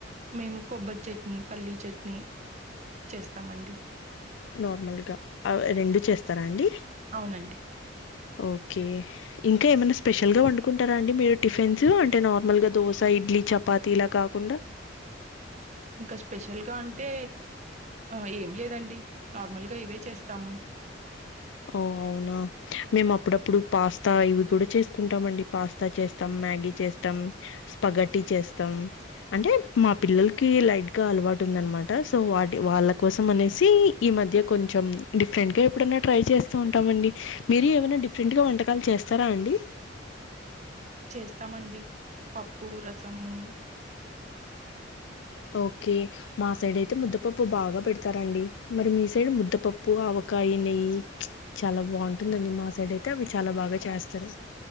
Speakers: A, on the right; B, on the left.
A: మేము కొబ్బరి చట్నీ పల్లీ చట్నీ చేస్తామండి
B: నార్మల్గా అవి రెండు చేస్తారా అండి
A: అవునండి
B: ఓకే ఇంకా ఏమైనా స్పెషల్ గా వండుకుంటారా అండి మీరు టిఫిన్స్ అంటే నార్మల్ గా దో స ఇడ్లీ చపాతిలా కాకు కుండ
A: ఇంకా స్పెషల్ గా అంటే అ ఏం లేదండి నార్మల్గా ఇవే చేస్తాము
B: ఓ అవునా మేము అప్పుడప్పుడు పాస్తా ఇవి కూడా చేసుకుంటామండి పాస్తా చేస్తాం మ్యాగీ చేస్తాం స్పగటి చేస్తాం అంటే మా పిల్లలకి లైట్ గా అలవాటు ఉందన్నమాట సో వాటి వాళ్ళ కోసం అనేసి ఈ మధ్య కొంచెం డిఫరెంట్ గా ఎప్పుడన్నా ట్రై చేస్తూ ఉంటామండి మీరు ఏవైనా డిఫరెంట్ గా వంటకాలు చేస్తారా అండి
A: చేస్తామండి పప్పు రసము
B: ఓకే మా సైడ్ అయితే ముద్దపప్పు బాగా పెడతారండి మరి మీ సైడ్ ముద్దపప్పు ఆవ కాయినాయి చాలా బావుం ఉందండి మా సైడయితే అవి చాలా బాగా చేస్తారు.